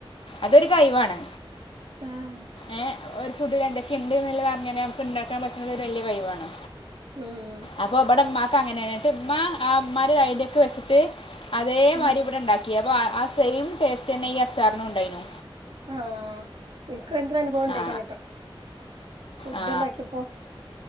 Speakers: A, on the left; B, on the right.
A: അതൊരു കയിവാണ്
B: <unintelligible>
A: ഏ ഒരു ഫുഡിലെന്തൊക്കെയിണ്ട് എന്നിള്ളത് അറിഞ്ഞാലേ നമ്മക്ക് ഇണ്ടാക്കാൻ പറ്റുന്നത് ഒരു വല്യ കയിവാണ്
B: ഉം
A: അപ്പൊ ഇവിടെ ഉമ്മാക്ക് അങ്ങനെണ് എന്നിട്ടുമ്മാ ആ ഉമ്മാന്റെ ഐഡിയൊക്കെ വെച്ചിട്ട് അതേമാതിരി
B: ഉം
A: ഇവിടെ ഇണ്ടാക്കി അപ്പ ആ സെയിം ടേസ്റ്റ് തന്നെ ഈ അച്ചാറിനും ഉണ്ടായിനു
B: ആഹ് എൻക്ക് എന്ത്ര അനുഭവം ഉണ്ടായിക്കണുട്ടോ
A: ആ
B: ഫുഡുണ്ടാക്കിയപ്പോ
A: ആ